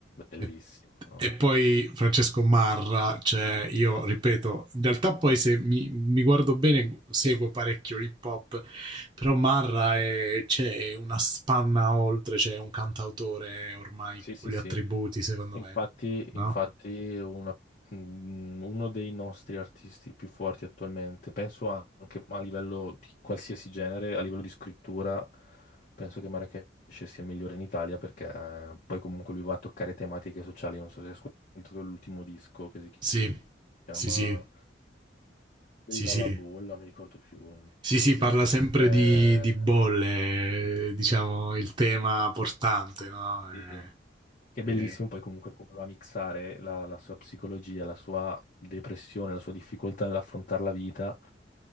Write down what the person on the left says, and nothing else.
bellissimo.
Sì, sì,
sì.
Infatti,
infatti
una- mm, uno dei nostri artisti più forti attualmente, penso anche a livello di qualsiasi genere, a livello di scrittura, penso che Marracash sia il migliore in Italia perché eh, poi comunque lui va a toccare tematiche sociali, non so se hai ascoltato l'ultimo disco che si
chiama...
fuori
dalla
bolla, non mi ricordo più, non mi
ricordo
più.
Eh,
e-
che è bellissimo
poi comunque come va a mixare la, la sua psicologia, la sua depressione, la sua difficoltà nell'affrontare la vita